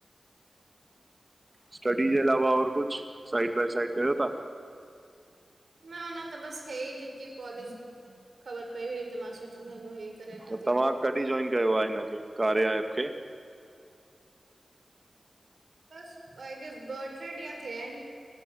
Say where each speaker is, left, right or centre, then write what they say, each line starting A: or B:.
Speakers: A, on the right; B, on the right.
A: स्टडी जे अलावा और कुछ साइड बाए साइड कयो था
B: न न त बस हे ई जेकी कॉलिंग ख़बर पई हुई त मां सोचम हलो हे करे रखां
A: त
B: थी।
A: तव्हां कॾी जॉइन कयो आ हिनखे कार्या एप खे
B: बस ॿ टे ॾींहं थिया आहिन